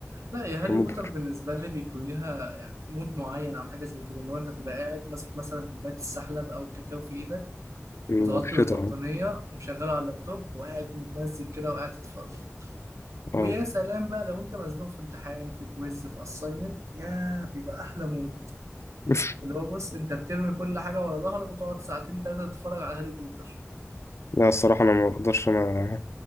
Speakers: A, on the right; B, on the left.
A: لا يا هاري
B: كان مبهر
A: بوتر بالنسبة لي بيكون ليها يعني مود معين أو حاجة زي كده اللي هو أنت تبقى قاعد ماسك مثلا كوباية السحلب أو الكاكاو في إيدك
B: في
A: متغطي
B: الشتاء
A: بالبطانية
B: اه
A: ومشغله على اللابتوب وقاعد متمزج كده وقاعد تتفرج
B: اه
A: ويا سلام بقى لو أنت مزنوق في امتحان في كويز في أسايمنت يا بيبقى أحلى مود
B: <laughs>
A: اللي هو بص انت بترمي كل حاجة ورا ظهرك وتقعد ساعتين تلاتة تتفرج على هاري بوتر
B: لا الصراحه انا ما اقدرش انا